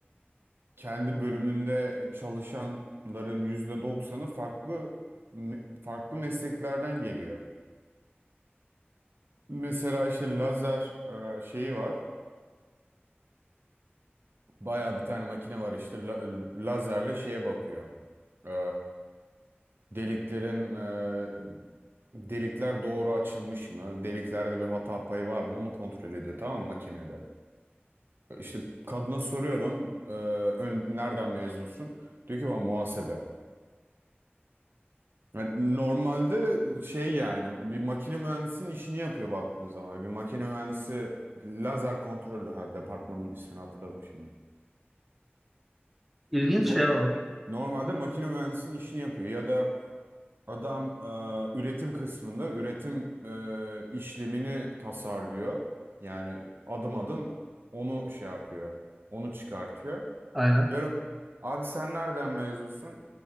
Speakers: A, on the right; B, in the centre.
A: kendi bölümünde çalışanların yüzde doksanı farklı farklı mesleklerden geliyor. Mesela işte lazer e, şeyi var. Baya bir tane makine var işte la- lazerle şeye bakıyor. E, deliklerin e, delikler doğru açılmış mı? Deliklerde bir hata payı var mı? Onu kontrol ediyor tamam mı makinede. İşte kadına soruyorum e, ön- nereden mezunsun? Diyor ki bana muhasebe. Yani normalde şey yani bir makine mühendisinin işini yapıyor baktığın zaman. Bir makine mühendisi lazer kontrolü. her departmanın ismini hatırladım şimdi.
B: İlginç
A: No-
B: şey o.
A: Normalde makine mühendisinin işini yapıyor ya da adam e, üretim kısmında üretim e, işlemini tasarlıyor. Yani adım adım onu şey yapıyor, onu çıkartıyor.
B: Aynen.
A: Diyorum abi sen nereden mezunsun?